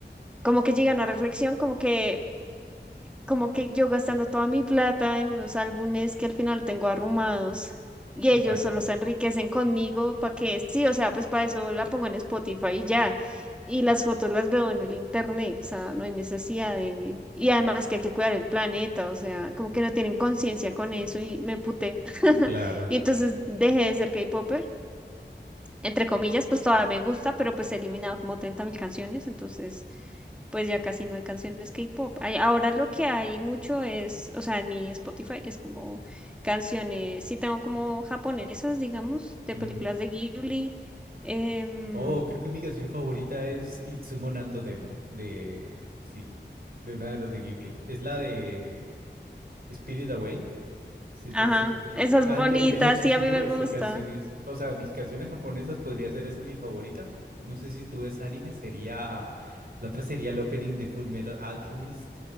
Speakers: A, in the centre; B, on the right.
A: como que llegué a una reflexión, como que como que yo gastando toda mi plata en unos álbumes que al final tengo arrumados y
B: ¿Y
A: ellos
B: pa' qué?
A: solo se enriquecen conmigo para que sí, o sea, pues para eso la pongo en Spotify y ya. Y las fotos las veo en el internet, o sea, no hay necesidad de... Y además que hay que cuidar el planeta, o sea, como que no tienen conciencia con eso y me puté. <laughs>
B: Claro.
A: Y entonces dejé de ser K-Popper entre comillas, pues todavía me gusta, pero pues he eliminado como treinta mil canciones, entonces pues ya casi no hay canciones K-pop. Hay- Ahora lo que hay mucho es, o sea, en mi Spotify es como canciones, sí tengo como japonesas, digamos, de
B: Ujú.
A: películas de Ghibli. em,
B: Oh, creo que mi canción favorita es Itsumo Nanto Demo, de... Sí, de una de las de Ghibli. Es la de Spirit Away, si
A: ajá,
B: conoces la película.
A: esas
B: Ah,
A: bonitas,
B: el viaje de Chihiro,
A: sí, a mí me
B: esa
A: gusta.
B: canción es... O sea, de mis canciones japonesas podría ser esa mi favorita. No sé si tú ves anime, sería... La otra sería el opening de Full Metal Alchemist.